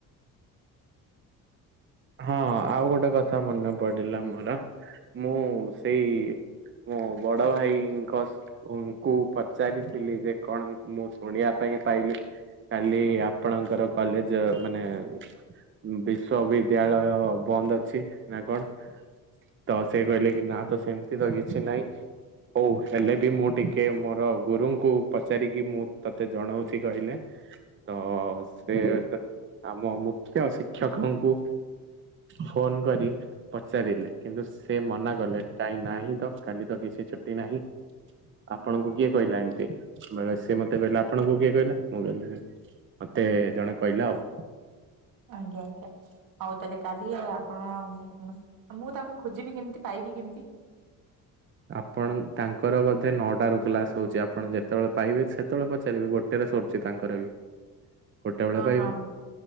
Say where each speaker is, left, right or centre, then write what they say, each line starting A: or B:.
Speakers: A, on the right (about 35°); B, on the right (about 70°).
A: ହଁ ଆଉ ଗୋଟେ କଥା ମନେ ପଡିଲା ମୋର ମୁଁ ସେଇ ମୋ ବଡ ଭାଇଙ୍କ ଙ୍କୁ ପଚାରିଥିଲି ଯେ କଣ ମୁଁ ଶୁଣିବା ପାଇଁ ପାଇଲି କାଲି ଆପଣଙ୍କର କଲେଜ ମାନେ ଅ ବିଶ୍ୱବିଦ ବିଦ୍ୟାଳୟ ବନ୍ଦ ଅଛି ନାକଣ? ତ ସେ କହିଲେ କି ନା ତ ସେମିତି ତ କିଛି ନାହିଁ। ହଉ ହେଲେ ବି ମୁଁ ଟିକେ ମୋର ଗୁରୁଙ୍କୁ ପଚାରିକି ମୁଁ ତତେ ଜଣଉଚି କହିଲେ। ତ ସେ ଆମ ମୁଖ୍ୟ ଶିକ୍ଷକଙ୍କୁ ଫୋନ କରି ପଚାରିଲେ କିନ୍ତୁ ସେ ମନା କଲେ କାଇ ନାହିଁ ତ କାଲି ତ କିଛି ଛୁଟି ନାହିଁ।
B: <inaudible>
A: ଆପଣଙ୍କୁ କିଏ କହିଲା ଏମିତି, ବଲେ ସିଏ ମତେ କହିଲା ଆପଣଙ୍କୁ କିଏ କହିଲା? ମୁଁ କହିଲି ମତେ ଜଣେ କହିଲା ଆଉ।
B: ଆଜ୍ଞା ଆଜ୍ଞା। ହଉ ତାହେଲେ କାଲି ଆପଣ ମୁଁ ଆ ମୁଁ ତାଙ୍କୁ ଖୋଜିବି କେମିତି ପାଇବି କେମିତି?
A: ଆପଣ ତାଙ୍କର ବୋଧେ ନଅଟା ରୁ କ୍ଲାସ ହଉଚି ଆପଣ ଯେତେବେଳେ ପାଇବେ ସେତେବେଳେ ପଚାରିବେ। ଗୋଟ ଟେବେଳେ ସରୁଚି ତାଙ୍କର ବି। ଗୋଟେ ବେଳେ
B: ହଁ
A: ପାଇବେ।
B: ହଁ।